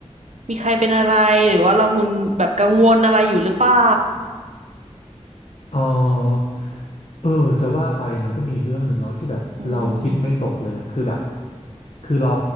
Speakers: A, on the right; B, on the left.
A: มีใครเป็นอะไรหรือว่าเรางุนแบบกังวลอะไรอยู่หรือเปล่า
B: เออเออจะว่าไปมันก็มีเรื่องหนึ่งเนาะที่แบบเราคิดไม่ตกเลยอะคือแบบ
A: อืม
B: คือเรา